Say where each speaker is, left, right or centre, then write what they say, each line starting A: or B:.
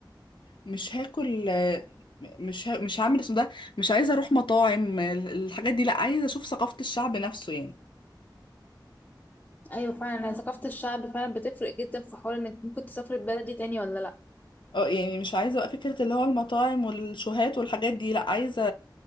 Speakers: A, on the left; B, on the left.
A: مش هاكل مش ه... مش هعمل اسم ده مش عايزه اروح مطاعم الحاجات دي لا عايزه اشوف ثقافه الشعب نفسه يعني
B: ايوه فعلا هي ثقافه الشعب فعلا بتفرق جدا في حوار انك ممكن تسافر البلد دي تاني ولا لا
A: اه يعني مش عايزة بقى فكرة اللي هو المطاعم والشوهات والحاجات دي لا عايزة